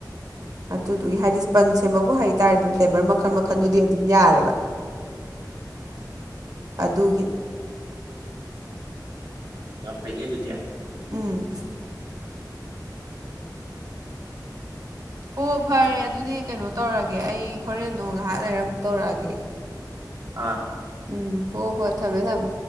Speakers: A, on the right; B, on the right.
A: ꯑꯗꯨꯗꯨꯒꯤ ꯍꯥꯏꯗꯤ ꯁ꯭ꯄꯟ ꯁꯦꯝꯕꯕꯨ ꯍꯩꯇꯥꯔꯗꯤ ꯑꯗꯨꯝ ꯐ꯭ꯂꯦꯕꯔ ꯃꯈꯜ ꯃꯈꯜꯗꯨꯗꯤ ꯑꯗꯨꯝ ꯌꯥꯔꯦꯕ
B: <inaudible>
A: ꯑꯗꯨꯒꯤ
B: ꯌꯥꯝ ꯐꯩꯅꯦ ꯑꯗꯨꯗꯤ
A: ꯎꯝ ꯍꯣ ꯐꯔꯦ ꯑꯗꯨꯗꯤ ꯀꯩꯅꯣ ꯇꯧꯔꯒꯦ ꯑꯩ ꯍꯣꯔꯦꯟꯗꯣ ꯉꯥꯏꯍꯥꯛ ꯂꯩꯔ ꯑꯃꯨꯛ ꯇꯧꯔꯛꯑꯒꯦ
B: ꯑꯥ
A: ꯎꯝ ꯍꯣ ꯍꯣꯏ ꯊꯝꯃꯦ ꯊꯝꯃꯦ